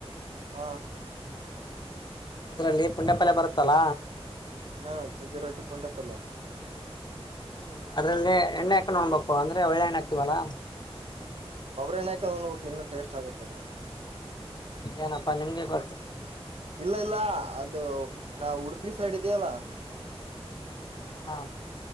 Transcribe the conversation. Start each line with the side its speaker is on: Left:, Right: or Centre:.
Right: ಹಾ
Left: ಅದ್ರಲ್ಲಿ ಪುಂಡ್ಯಪಲ್ಲ ಬರುತ್ತಲ್ಲ
Right: ಹಾ ಸೇಜ್ಜೆ ರೋಟ್ಟಿ ಪೊಂಡಪಲ್ಲೇ
Left: ಹ್ಮ್ ಅದ್ರಲ್ಲ ಎಣ್ಣೆ ಹಾಕೊಂಡ್ ಉಣಬೇಕು ಅಂದ್ರೆ ಒಳ್ಳೆ ಎಣ್ಣೆ ಹಾಕ್ತವಲ್ಲ
Right: ಕೊಬ್ಬರಿ ಎಣ್ಣ ಹಾಕ್ ನೋಣಬೇಕಕ್ ಇನ್ನು ಟೇಸ್ಟ್ ಆಗುತ್ತ್ ಅದ್ರಗೆ.
Left: ಏನಪ್ಪಾ ನಿಮ್ಗೆ ಗೊತ್ತು
Right: ಇಲ್ಲ ಇಲ್ಲ ಅ ಅದು ನಾವ್ ಉಡುಪಿ ಸೈಡ್ ಇದ್ಯಲ್ಲ
Left: ಹಾ